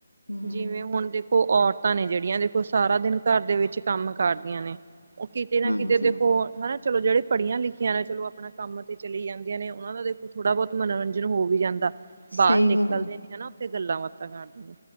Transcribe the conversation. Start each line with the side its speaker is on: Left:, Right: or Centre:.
Left: ਹਮ
Right: ਜਿਵੇਂ ਹੁਣ ਦੇਖੋ ਔਰਤਾਂ ਨੇ ਜਿਹੜੀਆਂ ਦੇਖੋ ਸਾਰਾ ਦਿਨ ਘਰ ਦੇ ਵਿੱਚ ਕੰਮ ਕਰਦੀਆਂ ਨੇ। ਉਹ ਕਿਤੇ ਨਾ
Left: ਹਾਂਜੀ
Right: ਕਿਤੇ ਦੇਖੋ ਹੈਨਾ ਚਲੋ ਜਿਹੜੇ ਪੜ੍ਹੀਆਂ ਲਿਖੀਆਂ ਨੇ ਚਲੋ ਆਪਣਾ ਕੰਮ ਤੇ ਚਲੀ ਜਾਂਦੀਆਂ ਨੇ ਉਹਨਾਂ ਦਾ ਦੇਖੋ ਥੋੜ੍ਹਾ ਬਹੁਤ ਮਨੋਰੰਜਨ ਹੋ ਵੀ ਜਾਂਦਾ।
Left: ਸਹੀ
Right: ਬਾਹਰ ਨਿਕਲਦੇ
Left: ਗੱਲ ਆ
Right: ਨੇ ਹੈਨਾ ਉੱਥੇ ਗੱਲਾਂ ਬਾਤਾਂ ਕਰਦੇ ਨੇ